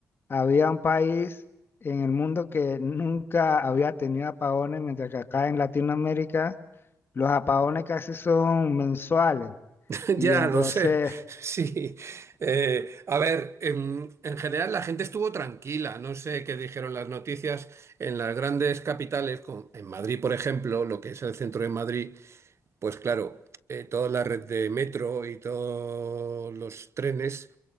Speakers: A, on the left (about 40°); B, on the right (about 55°).
A: Había un país en el mundo que nunca había tenido apagones, mientras que acá en Latinoamérica los apagones casi son mensuales.
B: <laughs>
A: Y
B: Ya
A: entonces,
B: lo sé, <laughs> sí. Eh, a ver, en, en general la gente estuvo tranquila. No sé qué dijeron las noticias en las grandes capitales, como en Madrid, por ejemplo, lo que es el centro de Madrid. Pues claro, eh, toda la red de metro y todos los trenes